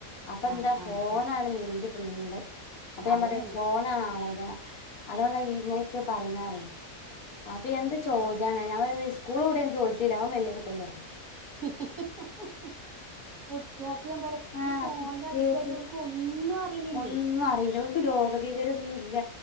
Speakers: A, on the left (about 75°); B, in the centre.
A: അപ്പൊ
B: ആഹ്
A: എന്താ
B: ആഹ്
A: ഫോണാണ്
B: ആഹ്
A: മെയിന്റ് ഫുള്ള് അപ്പൊ ഞാൻ
B: അതന്നെയാണ്
A: പറയാ ഫോണാണ് ആലോചന അതുകൊണ്ട ഇങ്ങനെയൊക്കെ പറയുന്നറിയെ അപ്പൊ
B: ആഹ്
A: എന്ത് ചോദ്യാണത് ഞാൻ പറയി സ്കൂള് ഇവുടെന്ന് ചോയ്ച്ചില്ല അവൻ വല്യ കുട്ടിയല്ലേ പറയും
B: ഹ് ഹിഹി ഹിഹി കുട്ട്യാക് ഞാൻ പറയാ
A: ആഹ്
B: ഈ ഫോണിന്
A: കുട്ടികൾക്ക്
B: അഡിക്റ്റായിട്ട് ഓല്ക് ഒന്നും അറിയിണില്ല
A: ഒന്നും അറിയില്ല ഓല്ക്ക് ലോക വിവരൊന്നുല്ല